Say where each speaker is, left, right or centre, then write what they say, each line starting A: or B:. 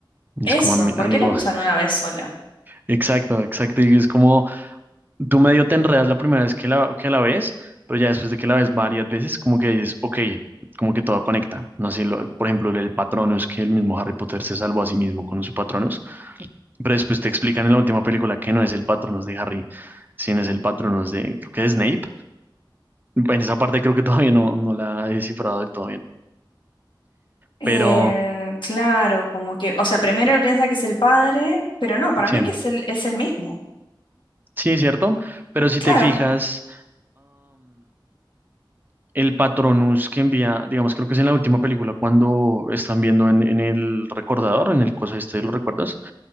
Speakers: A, on the right; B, on the left.
A: Y
B: eso,
A: es como, "Ami-
B: ¿por
A: amigo,
B: qué lo usan
A: <laughs>
B: una vez sola?
A: exacto, exacto. Y es como, tú medio te enredas la primera vez que la, que la ves, pero ya después de que la ves varias veces, como que dices, ok, como que todo conecta. No sé, lo- por ejemplo, el Patronus, que el mismo Harry Potter se salvó a sí mismo con su Patronus, pero después te explican en la última película que no es el Patronus de Harry, sino es el Patronus de, creo que es Snape. en esa parte creo que todavía no, no la he descifrado del todo bien.
B: Eh,
A: Pero,
B: claro, como que, o sea, primero él piensa que es el padre, pero no, para
A: sí,
B: mí que es el, es el mismo.
A: sí, es cierto. Pero si
B: Claro.
A: te fijas... el Patronus que envía, digamos, creo que es en la última película cuando están viendo en, en el recordador, en el coso este, ¿lo recuerdas?